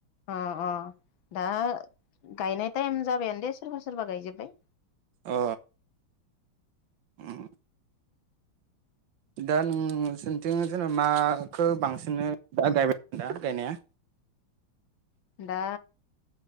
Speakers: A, on the left; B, on the right.
A: अ अ दा गायनाय टाइम जाबायानो दे सोरबा सोरबा गायजोबबाय।
B: अ ओम दा नोंसोंथिं जेन' माखौ बांसिन दा गायबाय दा गायनाया
A: दा